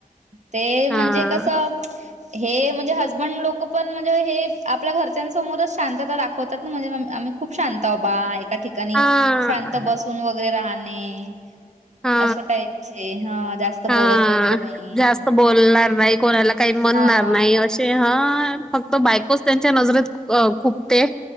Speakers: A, on the right; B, in the centre.
A: ते म्हणजे
B: हां.
A: कस हे म्हणजे हजबंड लोक पण म्हणजे हे आपल्या घरच्यांसमोरच शांतता दाखवतात. म्हणजे म आम्ही खूप शांत बा एका ठिकाणी
B: हा
A: शांत बसून व गैरे राहने
B: हा
A: अशा टाईपचे हा जास्त
B: हा,
A: बोलत वगैरे नाही
B: जास्त बोलणार नाही, कोणाला काही म्हणणार
A: हा
B: नाही. तसे हा, फक्त बायकोच त्यांच्या नजरेत खूपते.